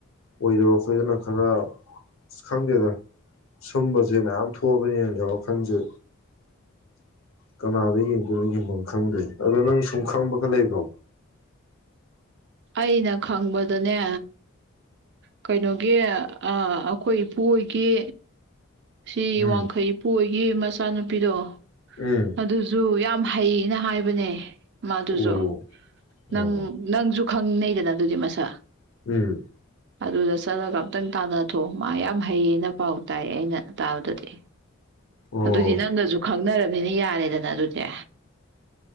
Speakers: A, on the left; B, on the right.
A: ꯑꯣꯏꯗꯕ ꯑꯩꯈꯣꯏꯗꯅ ꯈꯔ ꯈꯪꯗꯦꯗ ꯁꯨꯝꯕꯁꯦ ꯃꯌꯥꯝ ꯊꯣꯛꯑꯕꯅꯦꯅꯦ ꯋꯥꯈꯜꯁꯦ ꯀꯅꯥꯗ ꯌꯦꯡꯗꯣꯏꯅꯣ ꯌꯦꯡꯐꯝ ꯈꯪꯗꯦ ꯑꯗꯣ ꯅꯪ ꯁꯨꯝ ꯈꯪꯕꯒ ꯂꯩꯕ꯭ꯔꯣ
B: ꯑꯩꯅ ꯈꯪꯕꯗꯅꯦ ꯀꯩꯅꯣꯒꯤ ꯑꯩꯈꯣꯏ ꯏꯄꯨ ꯍꯣꯏꯒꯤ ꯁꯤ
A: ꯎꯝ
B: ꯋꯥꯡꯈꯩ ꯏꯄꯨꯒꯤ ꯃꯁ ꯏꯆꯥ ꯅꯨꯨꯄꯤꯗꯣ
A: ꯎꯝ
B: ꯑꯗꯨꯁꯨꯨ ꯌꯥꯝ ꯍꯩꯅ ꯍꯥꯏꯕꯅꯦ ꯃꯗꯨꯁꯨ
A: ꯑꯣ ꯑꯣ
B: ꯅꯪ ꯅꯪꯁꯨ ꯈꯪꯅꯩꯗꯅ ꯑꯗꯨꯗꯤ ꯃꯁꯥ
A: ꯎꯝ
B: ꯑꯗꯨꯗ ꯆꯠꯂꯒ ꯑꯝꯇꯪ ꯇꯥꯟꯅꯊꯣꯛꯑꯣ ꯃꯥ ꯌꯥꯝ ꯍꯩꯌꯦꯅ ꯄꯥꯎ ꯇꯥꯏ ꯑꯩꯅ ꯇꯥꯕꯗꯗꯤ
A: ꯑꯣ
B: ꯑꯗꯨꯗꯤ ꯅꯪꯒꯁꯨ ꯈꯪ ꯅ ꯅꯤꯅꯦ ꯌꯥꯔꯦꯗꯅ ꯑꯗꯨꯁꯦ